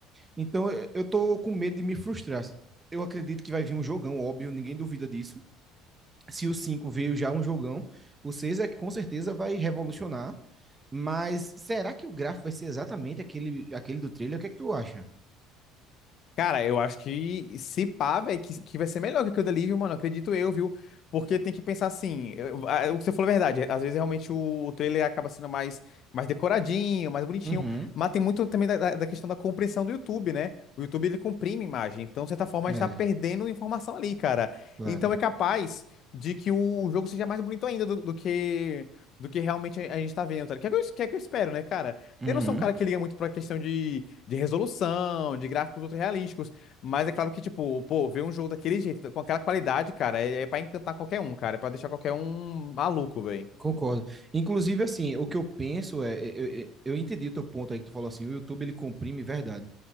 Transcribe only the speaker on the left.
Cara, eu acho que se pá, velho, que, que vai ser melhor que aquilo dali, viu, mano? Acredito eu, viu? Porque tem que pensar assim, eu- a- o que você falou é verdade, às vezes realmente o, o trailer acaba sendo mais, mais decoradinho, mais bonitinho,
mas tem muito também da, da da questão da compressão do YouTube, né? O YouTube, ele comprime imagem, então, de certa forma,
a gente tá perdendo informação ali, cara.
Então, é capaz de que o, o jogo seja mais bonito ainda do, do que, do que realmente a gente tá vendo, tá? ligado? Que é o que eu, que é o que eu espero, né, cara?
Eu não sou um cara que liga muito pra questão de de resolução, de gráficos ultra realísticos. Mas é claro que, tipo, pô, ver um jogo daquele jeito, com aquela qualidade, cara, é, é pra encantar qualquer um, cara. É pra deixar qualquer um maluco, velho.